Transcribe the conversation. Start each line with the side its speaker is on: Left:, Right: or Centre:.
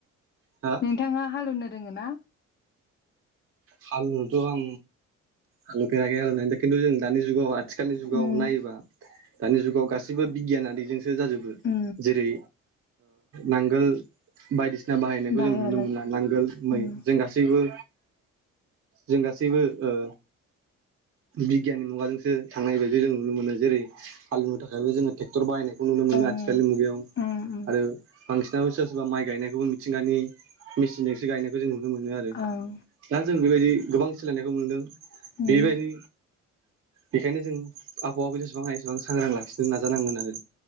Right: हो
Left: नोंथांङा हाल एवनो रोंङोना
Right: हाल एवनोथ' आं हाल एवफेराखै खिनतु जों दानि जुगाव आथिखालनि जुगाव
Left: उम
Right: नायोबा दानि जुगाव गासै बो बिगियानारिजोंसो जाजोबो
Left: उम
Right: जेरै नांगोल बायदिसिना बाहायनायखौ
Left: बाहायालासे
Right: जों नुनो मोना नांगोल मै
Left: उम
Right: जों गा सैबो जों गासैबो ओ बिगियाननि मुगाजोंसो थांनाय बायदि जों नुनो मोनो जेरै हाल एवनो थाखायबो जोंङो ट्रेक्टर बाहायनाय नुनो मोनो
Left: ओं
Right: आथिखालनि मुगायाव
Left: उम उम
Right: आरो बांसिनाबो सोरबा सोरबा माइ गायनायखौबो मिथिंगानि मेचिंजोंसो गायनायखौ जों नुनो मोनो आरो
Left: ओं
Right: दा जों बेबायदि गोबां सोलायनायखौ मोनदों
Left: उम
Right: बेबायदि बेखायनो जों आबहावाबो जेसेबां हायो एसेबां सांग्रां लाखिनो नाजानांगोन आरो